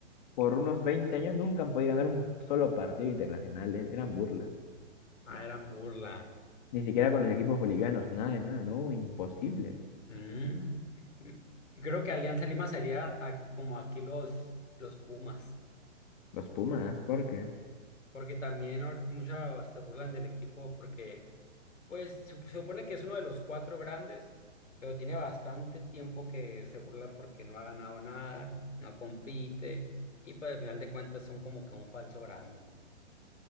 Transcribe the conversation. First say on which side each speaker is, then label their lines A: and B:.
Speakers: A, on the left; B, on the left.
A: por unos 20 años, nunca han podido ganar un solo partido internacional. eh, Eran burla.
B: Ah, eran burla.
A: Ni siquiera con los equipos bolivianos. Nada de nada, no, imposible.
B: Mm. Creo que Alianza Lima sería a- como aquí los, los Pumas,
A: Los Pumas, ¿por qué?
B: porque también or- muchos se burlan del equipo porque pues sup- se supone que es uno de los cuatro grandes, pero tiene bastante tiempo que se burlan porque no ha ganado nada, no compite y pues al final de cuentas son como que un falso grande.